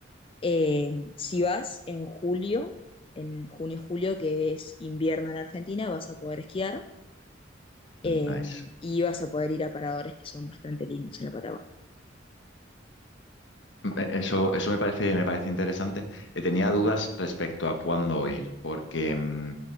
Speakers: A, on the left; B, on the left.
A: Eh, si vas en julio, en junio-julio, que es invierno en Argentina, vas a poder esquiar eh,
B: nice.
A: y vas a poder ir a paradores que son bastante lindos en la Patagonia.
B: Me- Eso, eso me parece, me parece interesante. Eh, tenía dudas respecto a cuándo ir, porque mm,